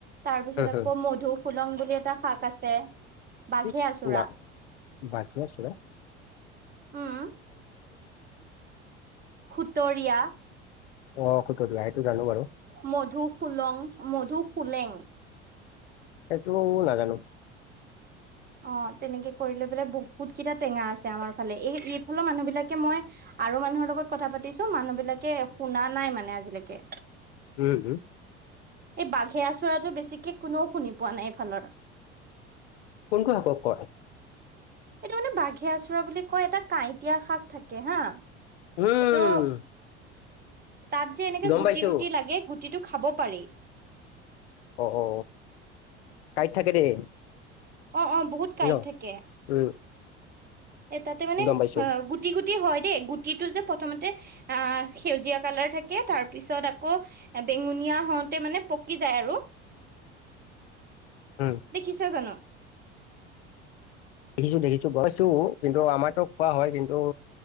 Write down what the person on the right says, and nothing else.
তাৰ পিছত
আকৌ মধুসোলং বুলি এটা শাক আছে। বাঘে
আচোৰা
উম খুতৰীয়া।
মধু সুলং মধুসলেং।
অ তেনেকে কৰি লৈ পেলাই বহুত কেইটা টেঙা আছে আমাৰ ফালে এই এইফালৰ মানুহ বিলাকে মই আৰু মানুহৰ লগত কথা পাতিছো মানুহ বিলাকে শুনা নাই মানে আজিলৈকে
এই বাঘেৰা চৰাটো বেছিকে কোনেও শুনি পোৱা নাই এইফালৰ।
এইটো মানে বাঘে আচৰা বুলি কয়। এটা কাঁইটীয়া শাক থাকে হা।
এইটো তাত যে এনেকে
গুটি,
গুটি লাগে। গুটিটো খাব পাৰি।
অ-অ বহুত
কাঁইট থাকে।
এ তাতে মানে
অ গুটি গুত গুটি হই দেই। গুটিটো যে প্ৰথমতে সেউজীয়া কালাৰ থাকে। তাৰ পাছত আকৌ বেঙুনীয়া হওঁতে মানে পকি যায় আৰু।
দেখিছা জানো?